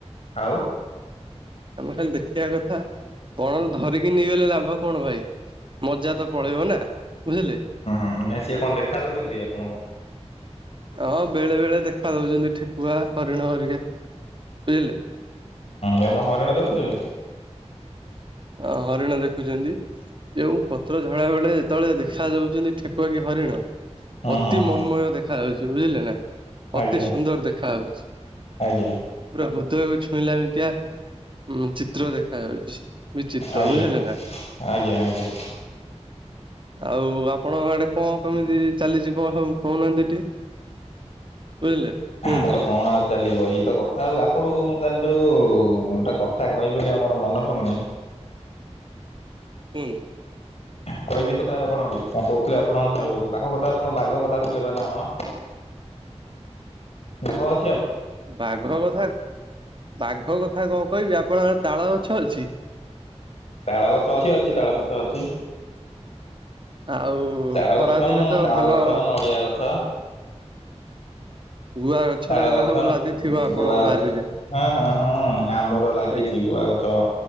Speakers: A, on the left (about 65°); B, on the right (about 45°).
A: ଆଉ
B: ଆମେ ଖାଲି ଦେଖିବା କଥା ବଣରେ ଧରିକି ନେଇଗଲେ ଲାଭ କଣ ଭାଇ ମଜା ତ ପଳେଇବ ନା ବୁଝିଲେ
A: ହୁଁାଇଁ ସିଏ କଣ ଦେଖା ଦଉଛନ୍ତି ଆପଣଙ୍କୁ
B: ହଁ ବେଳେ ବେଳେ ଦେଖା ଦଉଛନ୍ତି ଠେକୁଆ ହରିଣ ହରିିକା ବୁଝିଲେ
A: ହୁଁମ ହରିଣ ଦେଖୁଛ
B: ଅ ହରିଣ ଦେଖୁଛନ୍ତି ଯୋଉ ପତ୍ର ଝାଡା ବେଳେ ଯେତେବେଳେ ଦେଖା ଯାଉଛନ୍ତି ଠେକୁଆ କି ହରିଣ
A: ହୁଁ
B: ଅତି
A: ହୁଁ
B: ମନମୟ ଦେଖ ଖାଉଛି ବୁଝିଲେ ନା
A: ଆଜ୍ଞା
B: ଅତି ସୁନ୍ଦର ଦେଖାାଯାଉଛି
A: ଆଜ୍ଞା
B: ପୁରା ହୃଦୟକୁ ଛୁଇଁଲାମିତିଆ ଉ ଚିତ୍ର ଦେଖା ଯାଉଛି ବିଚିତ୍ର
A: ଆଜ୍ଞା
B: ବୁଝିଲେ ନା।
A: ଆଜ୍ଞା ଆଜ୍ଞା
B: ଆଉ ଆପଣଙ୍କ ଆଡେ କଣ କେମିତି ଚାଲିଛି କଣ ସବୁ କହୁନାହାନ୍ତି ଟିକେ ବୁଝିଲେ କୁହନ୍ତୁ
A: କଣ ଆଉ ଚାଲିବ ଏଇ ତ କଥା ତାଉ ଆପଣଙ୍କୁ ମୁଁ କା ଯୋଉ ଗୋଟେ କଥା କହିବିନି ଆମର ମନେ ପଡନି
B: ହୁନ୍ତୁ
A: କହିବି ସେଟ କଣ କହୁ ଆପଣ ଆଉ ଆପଣ ବାଘ କଥା କହୁହେବ ନା କଣ ଆଗତ
B: ବାଘ ବଥା। ବାଘ କଥା କଣ କହିବି ଆପଣଙ୍କ ଆଡେ ତାଳ ଗଛ ଅଛି?
A: ତାଳ ଗଛ ଅଛି ଅଛି ତାଳ ଗଛ ଅଛି।
B: ଆଉ
A: ତାଳ
B: ଖରା
A: ଗଛ
B: ଦିନେ ତ
A: ତାଳ
B: ଭଲ।
A: ଗଛ ନଡ଼ିଆ ଗଛ
B: ଗୁଆ ଗଛ
A: ତାଳ
B: ଏଗୁରା
A: ଗଛ,
B: ସବୁ ଆଦି ଥିବ ଆପଣଙ୍କ
A: ଗୁଆ ଗଛ
B: ବାରିରେ
A: ହଁ ହଁ ହଁ ଆମର ଲାଗିଛି
B: ଆଜ୍ଞା
A: ଗୁଆ ଗଛ